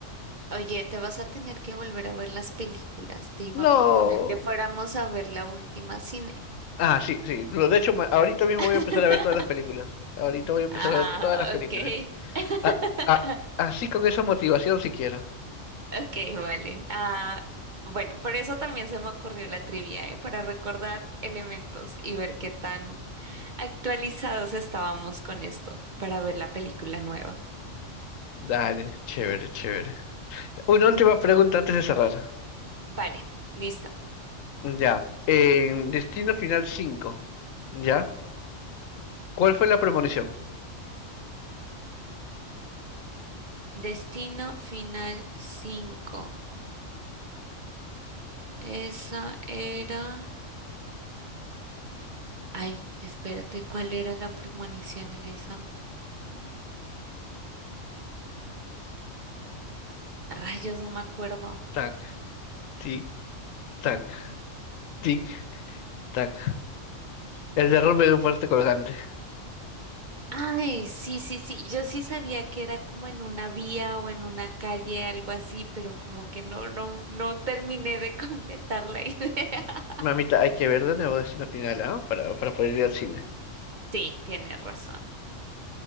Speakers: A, on the right (about 50°); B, on the left (about 85°).
A: Oye, te vas a tener que volver a ver las películas. Te iba
B: No.
A: a proponer que fuéramos a ver la última cine.
B: Ah, sí, sí. Lo, de hecho, ma- ahorita mismo
A: <laughs>
B: voy a empezar a ver todas las películas. Ahorita voy a empezar
A: Ah,
B: a ver todas las películas.
A: ok. <laughs>
B: Ah, ah, así con esa motivación, si quiero.
A: Ok, vale. Ah, bueno, por eso también se me ocurrió la trivia, ¿eh? Para recordar elementos y ver qué tan actualizados estábamos con esto para ver la película nueva.
B: Dale, chévere, chévere. Una
A: Mm,
B: última pregunta antes de cerrar.
A: vale, listo.
B: Ya. En Destino Final cinco. ¿ya? ¿Cuál fue la premonición?
A: Destino Final cinco. Esa era... Ay, espérate, ¿cuál era la premonición en esa? Rayos,
B: Tic,
A: no me acuerdo.
B: tac, tic, tac, tic, tac. El derrumbe de un fuerte colgante.
A: Ay, sí, sí, sí. Yo sí sabía que era como en una vía o en una calle, algo así, pero como que no, no, no terminé de <laughs> completar la idea. <laughs>
B: Mamita, hay que ver de nuevo Destino Final, ¿ah? Para, para poder ir al cine.
A: Sí, tienes razón.